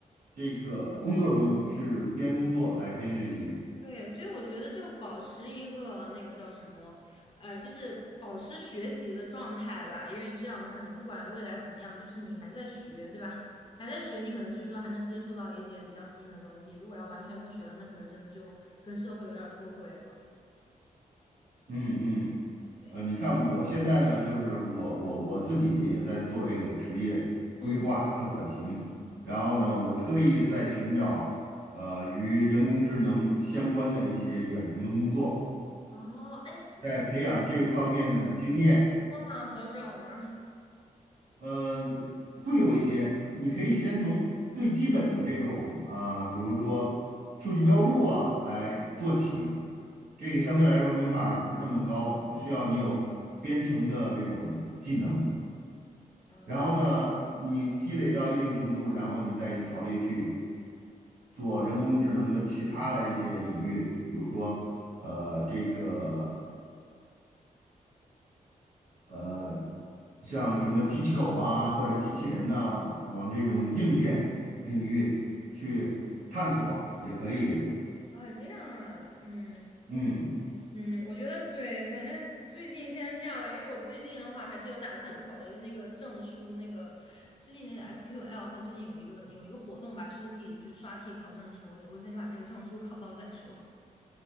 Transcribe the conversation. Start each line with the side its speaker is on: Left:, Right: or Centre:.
Right: 这个工作中是边工作来边学习。
Left: 对，所以我觉得就保持一个那个叫什么，呃，就是保持学习的状态吧，因为这样的话，你不管未来怎么样，就是你还在学，对吧？还在学，你可能就是说还能接触到一些比较新的东西。如果要完全不学了，那可能真的就跟社会有点儿脱轨了。
Right: 嗯嗯。
Left: 对，
Right: 呃，你看我现在呢，就是我我我自己也在做这个职业规划和转型，
Left: 嗯，
Right: 然后呢，
Left: 哦
Right: 我刻意在寻找呃与人工智能相关的一些远程的工作，
Left: 哦，哎，是
Right: 在培养这一方面的经验，
Left: 多吗？好找吗？<laughs>
Right: 呃，会有一些，你可以先从最基本的这种呃，比如说数据标注啊来做起。这个相对来说门槛儿不是那么高，不需要你有编程的这种技能。
Left: 啊
Right: 然后呢，你积累到一定程度，然后你再考虑去做人工智能的其他的一些领域，比如说，呃，这个呃，像什么机器狗啊，或者机器人呐、往这种硬件领域去探索也可以。
Left: 啊，这样啊，嗯，
Right: 嗯。
Left: 嗯，我觉得对，反正最近先这样吧，因为我最近的话还是有打算考一个那个证书，那个最近那个 SQL，它最近有一个有一个活动吧，就是可以就是刷题考证书，我我先把这个证书考到再说。<laughs>